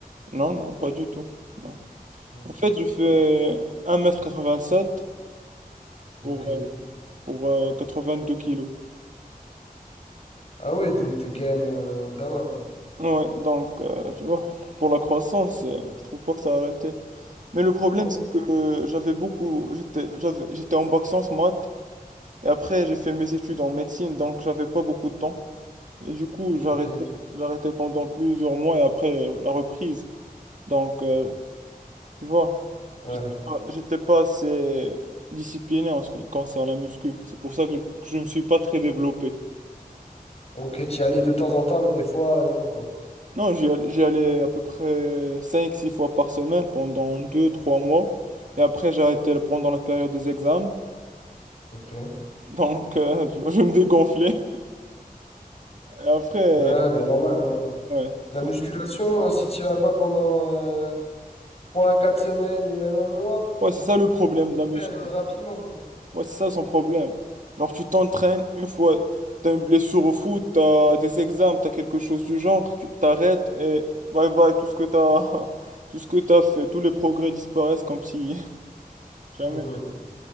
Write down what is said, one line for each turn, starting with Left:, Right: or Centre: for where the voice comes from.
Right: non, non, pas du tout. Non.
Left: Ok.
Right: En fait, je fais un mètre quatre-vingt-sept pour,
Left: Ok.
Right: euh, pour euh, deux kilos.
Left: Ah oui, donc t'es quand même euh, pas mal, quoi.
Right: Ouais, donc, euh, tu vois, pour la croissance, euh, je trouve pas que ça a arrêté. Mais le problème,
Left: Ok.
Right: c'est que euh, j'avais beaucoup, j'étais, j'avais, j'étais en bac sciences maths, et après, j'ai fait mes études en médecine, donc j'avais pas beaucoup de temps. Et du coup, j'arrêtais,
Left: ok,
Right: j'arrêtais pendant plusieurs mois, et après, la reprise. Donc, euh, tu vois,
Left: Ouais.
Right: j'étais pas, j'étais pas assez discipliné en ce qui concerne la muscu. C'est pour ça que je, que je me suis pas très développé.
Left: Ok, t'y allais de temps en temps, mais des fois, euh, non, quoi.
Right: Non, j'y all- j'y allais à peu près cinq, six fois par semaine pendant deux, trois mois. Et après, j'ai arrêté pendant la période des examens.
Left: Ok.
Right: <laughs> Donc, euh, tu vois, je me dégonflais. Et après,
Left: Ouais, ben normal, hein.
Right: ouais,
Left: La
Right: c'est
Left: musculation, euh, si t'y vas pas pendant euh, trois quatre semaines ou même un mois,
Right: ouais, c'est ça le problème de
Left: tu
Right: la muscu.
Left: perds euh, rapidement, quoi.
Right: Ouais, c'est ça son problème. Genre, tu t'entraînes une fois, t'as une blessure au foot, t'as des examens, t'as quelque chose du genre, tu t'arrêtes et bye bye, tout ce que t'as, <laughs> tout ce que t'as fait, tous les progrès disparaissent comme si <laughs> jamais.
Left: Mhm.